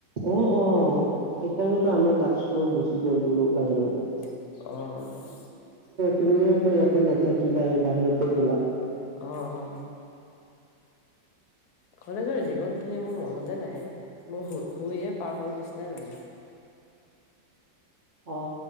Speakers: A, on the right (about 80°); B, on the left (about 65°).
A: অ অ সেইকাৰণেতো আমাৰ তাষ্টো গুচি গ'ল বোলো বাহিৰত।
B: অহ
A: তুমিও ত ইয়াতে নাথাকিলা বাহিৰতে গ'লা।
B: অ অ
A: <inaudible>
B: কলেজৰ জীৱনখিনি মোৰ মনতে নাই মোৰ শু-শুইয়ে পাৰ হল নিচিনাই লাগে। <inaudible>
A: অ